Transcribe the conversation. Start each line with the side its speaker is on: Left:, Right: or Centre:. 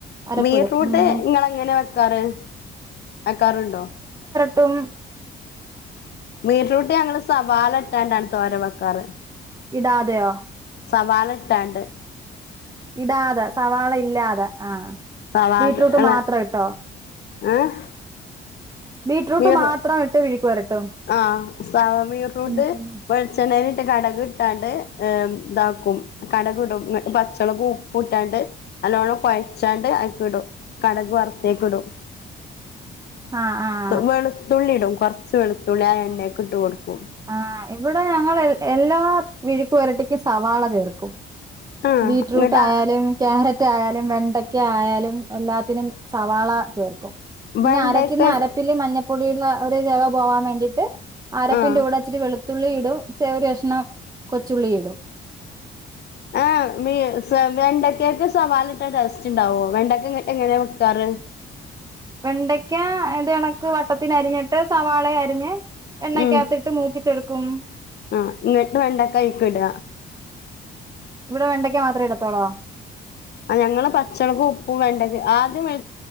Right: അരപ്പിടും
Left: ബീറ്റ്‌റൂട്ട്
Right: ഉം
Left: ഇങ്ങള് എങ്ങനെ വെക്കാറ് വെക്കാറുണ്ടോ
Right: ട്ടും
Left: ബീറ്റ്‌റൂട്ട് ഞങ്ങള് സവാല ഇട്ടാണ്ടാ തോരൻ വക്കാറ്
Right: ഇടാതെയോ
Left: സവാള ഇട്ടാണ്ട്
Right: ഇടാതെ <unintelligible> സവാള ഇല്ലാതെ ആ
Left: സവാള
Right: ബീറ്റ്‌റൂട്ട് മാത്രം ഇട്ടോ
Left: ഏഹ്
Right: ബീറ്റ്റൂട്ട്
Left: മീർ
Right: മാത്രം ഇട്ട് വിഴുക്ക് വരട്ടും
Left: ആ <unintelligible> ബീറ്റ്റൂട്ട്
Right: ഉം ഉം
Left: വെളച്ചെണയി ട്ട് കടുക് ഇട്ടാണ്ട് ഇതാക്കും കടക് ഇടും പച്ചമുളക് ഉപ്പ് ഇട്ടാണ്ട് നല്ലോണ്ണം പഴച്ചാണ്ട് അക്കെ ഇടും കടക് വറുത്തേക്ക് ഇടും
Right: ആ ആ <unintelligible>
Left: വെളുത്തുള്ളി ഇടും കുറച്ച് വെളുത്തുള്ളി ആ എണ്ണ ഒക്കെ ഇട്ട് കൊടുക്കും
Right: ആ ഇവിടെ ഞങ്ങള് എല്ലാ വിഴുക്ക് വരട്ടിക്ക് സവാള ചേർക്കും
Left: ആഹ്
Right: ബീറ്റ്റൂട്ട്
Left: ഇങ്ങട്ട്
Right: ആയാലും ക്യാരറ്റായാലും വെണ്ടയ്ക്ക ആയാലും എല്ലാത്തിനും സവാള ചേർക്കും പിന്നെ
Left: വെണ്ടക്കക്ക്
Right: അരക്കുന്ന അരപ്പില് മഞ്ഞപ്പൊടിയുള്ള ഒരു രവം പോവാൻ വേണ്ടിയിട്ട് അരപ്പിൻറെ
Left: ആഹ്
Right: കൂടെ ഇച്ചിരി വെളു തുള്ളി ഇടും ചെറിയ കഷ്ണം കൊച്ചുള്ളി ഇടും
Left: ആ മി <unintelligible> വെണ്ടക്കാക്ക് സവാള ഇട്ട ടെസ്റ്റ് ഉണ്ടാവോ വെണ്ടക്ക എങ്ങനെ എങ്ങനെ വക്കാറ്
Right: വെണ്ടയ്ക്ക ഇത് കണക്ക് വട്ടത്തിന് അരിഞ്ഞട്ട് സവാള അരിഞ്ഞ് എണ്ണക്കകത്തിട്ട്
Left: ഉം
Right: മൂപ്പിച്ചെടുക്കും
Left: ആ എന്നിട്ട് വെണ്ടക്ക അഴിക്ക് വിട
Right: ഇവിടെ വെണ്ടക്ക മാത്രേ എടത്തോളോ
Left: ആ ഞങ്ങള് പച്ചമുളകും ഉപ്പും വേണ്ടത് ആദ്യം <unintelligible> ഇ